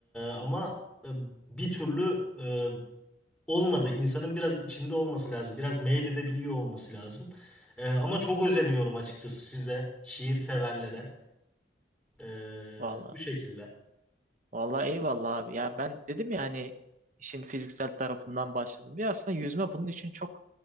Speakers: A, in the centre; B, on the right.
A: ama e, bir türlü e, olmadı. İnsanın biraz içinde olması lazım. Biraz meyledebiliyor olması lazım. Ee, ama çok özeniyorum açıkçası size, şiir severlere. Ee,
B: Vallahi.
A: bu şekilde.
B: Vallahi eyvallah abi. Ya ben dedim ya hani işin fiziksel tarafından başladım. Ya aslında yüzme bunun için çok